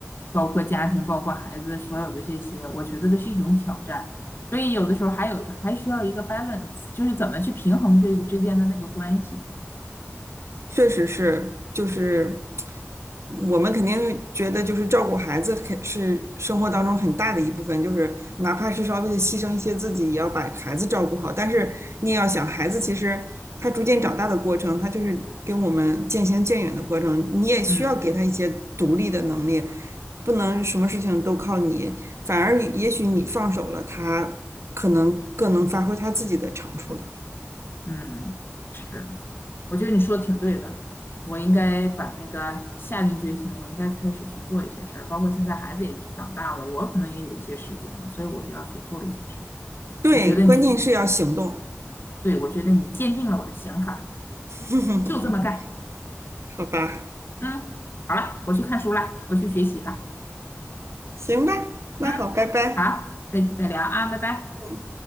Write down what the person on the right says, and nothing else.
确实是，就是我们肯定觉得，就是照顾孩子肯是生活当中很大的一部分，就是哪怕是稍微的牺牲一些自己，也要把孩子照顾好。但是你也要想，孩子其实他逐渐长大的过程，他就是跟我们渐行渐远的过程，你也需要给他一些独立的能力，
不能什么事情都靠你，反而也许你放手了，他可能更能发挥他自己的长处了。
对，
关键是要行动。
<laughs>
好吧，
行吧，那好，
拜拜。
嗯。